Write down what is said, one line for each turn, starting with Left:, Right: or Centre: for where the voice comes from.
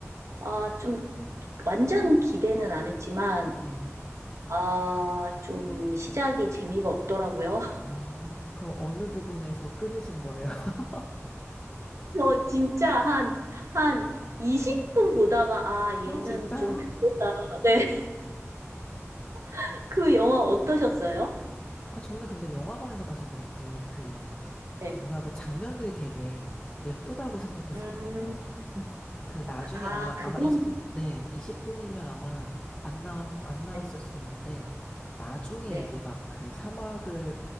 Right: 아, 좀 완전 기대는 안 했지만
Left: 네.
Right: 아, 좀 시작이 재미가 없더라고요.
Left: 아, 그럼 어느 부분에서 끊으신 거예요? <laughs>
Right: 저 진짜 한, 한 20분 보다가, 아, 얘는
Left: 아, 진짜요?
Right: 좀 별로다. 네. <laughs> 그 영화 어떠셨어요?
Left: 아, 저는 근데 영화관에서 봐서 그런지 그,
Right: 네.
Left: 뭔가 그 장면들이 되게 예쁘다고 생각했었거든요.
Right: 음,
Left: 그 나중에
Right: 아,
Left: 아마
Right: 그거는,
Left: 아마 20, 네, 이십 분이면 아마 안 나왔 안 나왔을
Right: 네.
Left: 수도 있는데 나중에
Right: 네.
Left: 이제 막 그 사막을